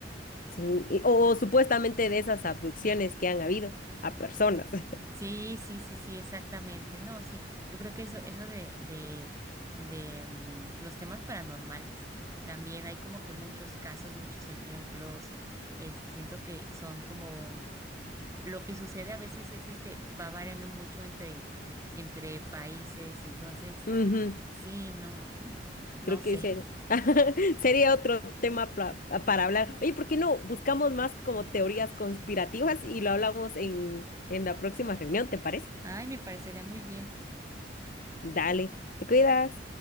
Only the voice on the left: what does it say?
Sí, y- o, supuestamente de esas abducciones que han habido a personas. <laughs>
Ujú,
Creo
que ese-
<laughs> sería otro tema pa- para hablar. Oye, ¿por qué no buscamos más como teorías conspirativas y lo hablamos en, en la próxima reunión, ¿te parece?
Dale, te cuidas.